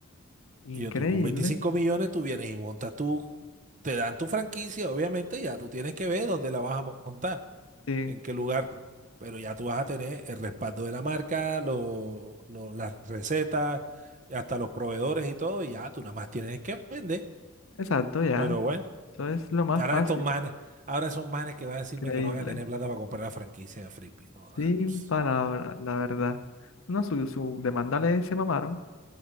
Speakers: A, on the right; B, on the left.
A: Y
B: Increíble.
A: yo, tú con 25 millones, tú vienes y montas tú, te dan tu franquicia, obviamente, ya tú tienes que ver dónde la vas a montar,
B: Sí,
A: en qué lugar, pero ya tú vas a tener el respaldo de la marca, lo- lo- las recetas, hasta los proveedores y todo, y ya tú nada más tienes que vender.
B: exacto, ya.
A: Pero bueno,
B: Eso es lo más
A: y ahora
B: fácil.
A: estos manes, ahora son manes que van a decirme
B: Increíble.
A: que no van a tener plata para comprar la franquicia de Frisbee. No, da,
B: Sin
A: ps,
B: palabras, la verdad. No, su, su demanda le se mamaron